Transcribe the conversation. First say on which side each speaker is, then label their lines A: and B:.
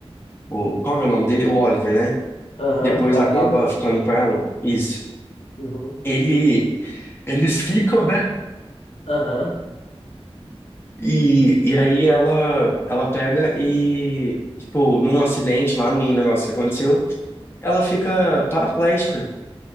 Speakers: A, on the left; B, on the left.
A: o, qual que é o nome dele? O Oliver, né?
B: Aham,
A: Depois
B: O arqueiro?
A: acaba ficando com ela, isso.
B: Uhum.
A: Ele, eles ficam, né?
B: Aham.
A: E, e aí ela, ela pega e, tipo, num acidente lá, num negócio que aconteceu, ela fica paraplégica.